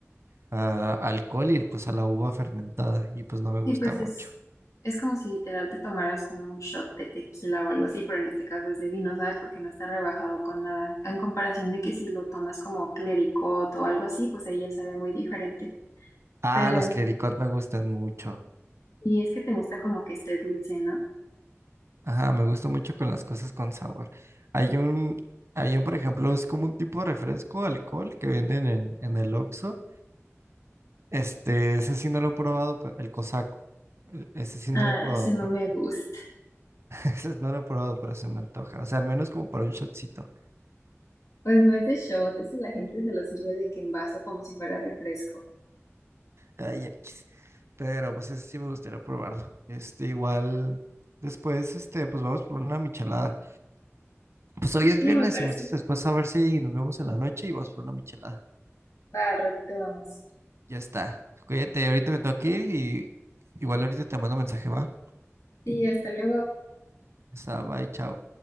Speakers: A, on the right (about 60°); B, on the left (about 80°).
A: a alcohol y pues a la uva fermentada y pues no me gusta
B: Sí, pues
A: mucho.
B: es, es como si literal te tomaras como un shot de tequila o algo así, pero en este caso es de vino, ¿sabes? Porque no está rebajado con nada. En comparación de que si lo tomas como clericot o algo así, pues ahí ya sabe muy diferente.
A: Ah,
B: Pero
A: los clericots me gustan mucho.
B: y es que te gusta como que esté dulce, ¿no?
A: Ajá, me gusta mucho con las cosas con sabor. Hay un, hay un, por ejemplo, es como un tipo de refresco, alcohol que venden en, en el Oxxo. Este, ese sí no lo he probado, pero el cosaco. E- Ese sí
B: Ah,
A: no lo he probado,
B: ese no
A: pero
B: me gusta.
A: <laughs> ese no lo he probado, pero se me antoja. O sea, al menos como para un shotcito.
B: Pues no es de shot, ese la gente se lo sirve de que en vaso como si fuera refresco.
A: Ay, X. Pero pues ese sí me gustaría probarlo. Este, igual, después, este, pues vamos por una michelada. Pues hoy es
B: Sí,
A: viernes
B: me parece.
A: y gustas
B: muy-
A: después a saber si nos vemos en la noche y vamos por una michelada.
B: Va, al ratito vamos.
A: Ya está. Cuídate, ahorita me tengo que ir y igual ahorita te mando mensaje, va.
B: Sí, hasta luego.
A: Ya Está, bye, chao.